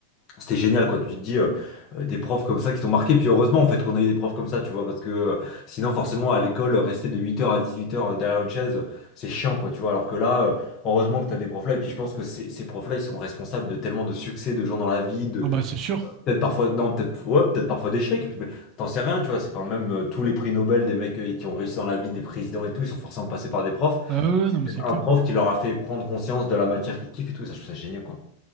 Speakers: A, on the left; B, on the right.
A: c'était génial, quoi. Tu te dis, euh, euh, des profs comme ça qui t'ont marqué. Puis heureusement, en fait, qu'on a eu des profs comme ça, tu vois, parce que euh, sinon, forcément, à l'école, euh, rester de huit heures à dix-huit heures euh, derrière une chaise, euh, c'est chiant, quoi, tu vois. Alors que là, euh, heureusement que t'as des profs là. Et puis, je pense que ces, ces profs-là, ils sont responsables de tellement de succès de gens dans la vie, de
B: Ah bah c'est sûr.
A: peut-être parfois, non, peut-être, ouais, peut-être parfois d'échecs. Et puis, mais t'en sais rien, tu vois. C'est- Enfin, même euh, tous les prix Nobel des mecs euh, qui ont réussi dans la vie, des présidents et tout, ils sont forcément passés par des profs.
B: Ah ouais, ouais, non, mais
A: C'est
B: c'est clair.
A: un prof qui leur a fait prendre conscience de la matière qu'ils kiffent et tout. Ça, je trouve ça génial, quoi.